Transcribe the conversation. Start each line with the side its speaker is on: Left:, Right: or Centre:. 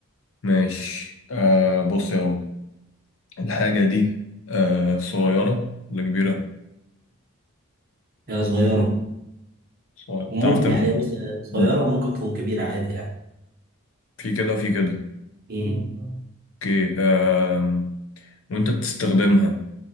Left: ماشي آه بص يا بابا الحاجة دي آه صغيرة ولا كبيرة؟
Right: هي صغيرة
Left: صغيرة بتعرف
Right: وممكن
Left: تم...
Right: يعني بص صغيرة
Left: مم.
Right: وممكن تكون كبيرة عادي يعني
Left: في كده في كده
Right: مم.
Left: اوكي آم. وانت بتستخدمها